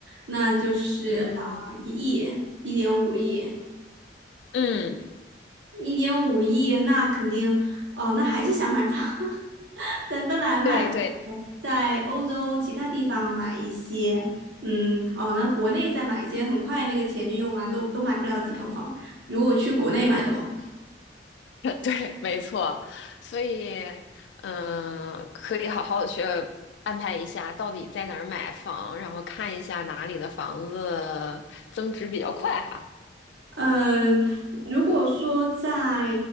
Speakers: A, on the right; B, on the left.
A: 那就是啊
B: 嗯
A: 一亿，一点五亿。
B: 嗯，
A: 一点五亿，那肯定，哦，那还是想买房，<laughs> 在芬兰买一些在欧洲其他地方买一些，
B: 对对，
A: 嗯，哦，那国内再买一些，很快那个钱就用完，都都买不了几套房。如果去国内买的话。
B: <laughs> 对，没错，所以，嗯、可以好好的去安排一下，到底在哪儿买房，然后看一下哪里的房子增值比较快哈。
A: 嗯，如果说在